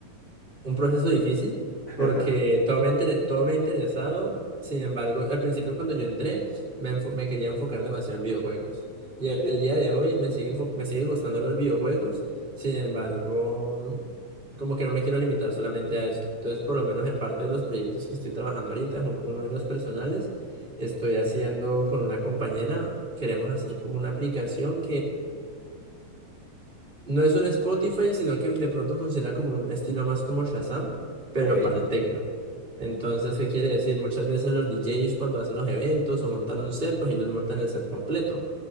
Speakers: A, on the right; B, on the left.
A: Un proceso difícil
B: <laughs>
A: porque todo me, intere- todo me ha interesado. Sin embargo, al principio cuando yo entré, me, enfo- me quería enfocar demasiado en videojuegos. Y
B: Ok,
A: a- al día de hoy me sigue, enfo- me sigue gustando los videojuegos. Sin embargo, como que no me quiero limitar solamente a eso. Entonces, por lo menos en parte de los proyectos que estoy trabajando ahorita, es uno, uno de los personales, estoy haciendo con una compañera, queremos hacer como una aplicación no es un Spotify, sino que de pronto funciona como un estilo más como Shazam, pero
B: ok,
A: para el techno. Entonces, ¿qué quiere decir? Muchas veces los DJs cuando hacen los eventos o montan un set, pues ellos montan el set completo.